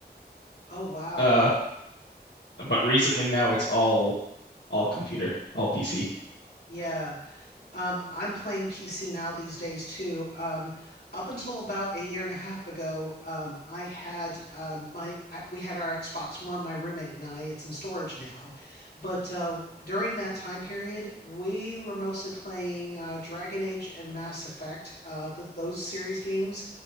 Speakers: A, on the left; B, on the left.
A: Oh, wow.
B: Uh But recently now it's all all computer, all PC.
A: Yeah. Um, I'm playing PC now these days too. Um, up until about a year and a half ago, um, I had um, my I, we had our Xbox One, my roommate and I. It's in storage now, but uh, during that time period, we were mostly playing uh, Dragon Age and Mass Effect, uh, th those series games,